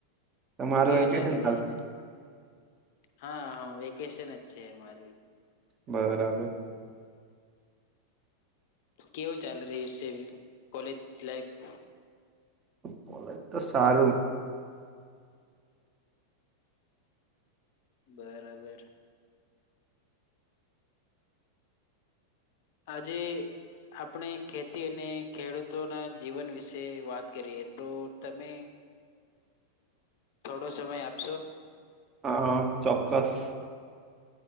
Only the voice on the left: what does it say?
કેવી
ચાલી
રહી છે હા, હ વેકેશન જ છે, મમારી
કેવું ચાાલ રહી કોલેજ લાઈફ
બરાબર આજે આપણે ખેતી અને ખેડૂતોના જીવન વિશે વાત કરીએ, તો તમે થોડો સમય આપશો,